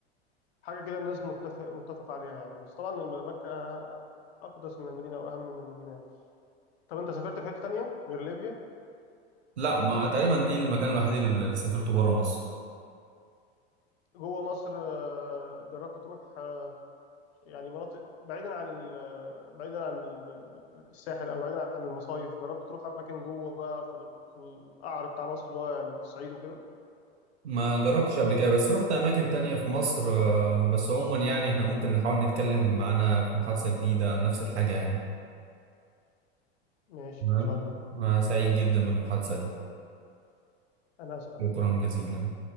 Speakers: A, on the left (about 70°); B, on the right (about 85°).
A: حاجة كده الناس متفق متفق عليها يعني بس طبعا الم- مكة أقدس من المدينة أو أهم من المدينة يعني. طب أنت سافرت في حتة تانية غير ليبيا
B: لا ما تقريبا دي المكان الوحيد اللي اللي سافرته بره مصر
A: جوه مصر آه، جربت تروح آه، يعني مناطق بعيدا عن ال- آه، بعيدا عن ال- الساحل أو بعيدا عن المصايف جربت تروح أماكن جوه بقى في ال- في القعر بتاع مصر اللي هو يعني الصعيد وكده
B: ما جربتش قبل كده بس رحت اماكن تانية في مصر آه، بس عموما يعني احنا ممكن نحاول نتكلم معانا في محادثه جديده عن نفس الحاجه يعني
A: ماشي
B: تمام
A: إن شاء الله
B: آه، سعيد جدا بالمحادثه دي
A: أنا أسحب
B: شكرا جزيلا